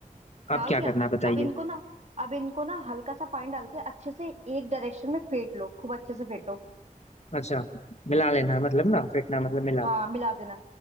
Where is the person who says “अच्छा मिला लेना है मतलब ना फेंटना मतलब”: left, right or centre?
Left